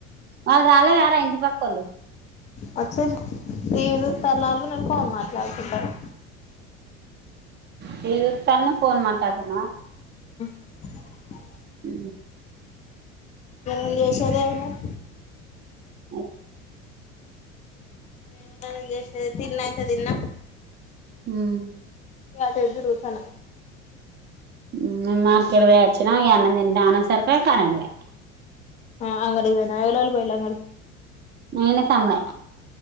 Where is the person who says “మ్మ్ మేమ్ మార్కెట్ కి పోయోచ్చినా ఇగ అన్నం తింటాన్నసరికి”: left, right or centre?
Right